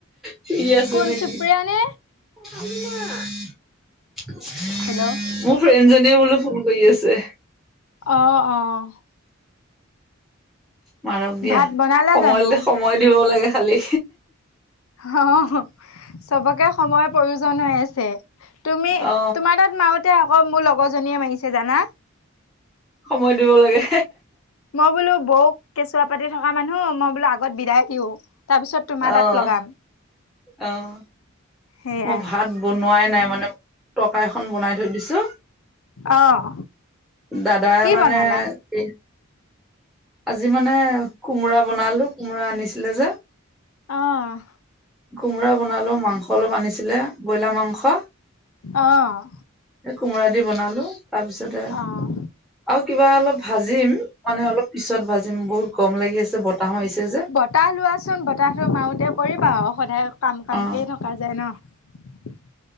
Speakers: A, in the centre; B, on the left (about 85°).
A: ফ্ৰী আছে
B: কোন
A: নেকি
B: সুপ্ৰিয়া নে?
A: <unintelligible>
B: হেল্ল'।
A: মোৰ ফ্ৰেণ্ডজনীয়ে মোলে ফোন কৰি আছে।
B: অ', অ',
A: মাৰক দিয়া
B: ভাত বনালা
A: সময়
B: জানো?
A: <unintelligible> দিব লাগে খালি।
B: অহ, অ', চবকে সময়ৰ প্ৰয়োজন হৈ আছে। তুমি,
A: অ
B: তোমাৰ তাত মাৰোতে আকৌ মোৰ লগৰ জনীয়ে মাৰিছে জানা।
A: সময় দিব লাগে।
B: মই বোলো বৌক কেঁচুৱা পাতি থকা মানুহ, মই বোলো আগত বিদায় দিওঁ। তাৰপিছত তোমাৰ
A: অহ,
B: তাত লগাম
A: অ',
B: সেয়াই,
A: মই ভাত বনোৱাই নাই মানে টকা এখন বনাই থৈ দিছো,
B: অ'।
A: দাদাই
B: কি
A: মানে
B: বনালা?
A: <unintelligible> আজি মানে কোমোৰা বনালো, কোমোৰা আনিছিলে যে।
B: অ'।
A: কোমোৰা বনালো, মাংস অলপ আনিছিলে ব্ৰইলাৰ মাংস।
B: অ',
A: এ কোমোৰা দি বনালোঁ, তাৰপিছতে
B: অ',
A: আৰু কিবা অলপ ভাজিম, মানে অলপ পিছত ভাজিম, বহুত গৰম লাগি আছে বতাহ মাৰিছে যে।
B: <unintelligible> লোৱাচোন বতাহটো মাৰোতে কৰিবা আৰু সদায় কাম কামকেই
A: অ
B: থ <unintelligible> যাই ন।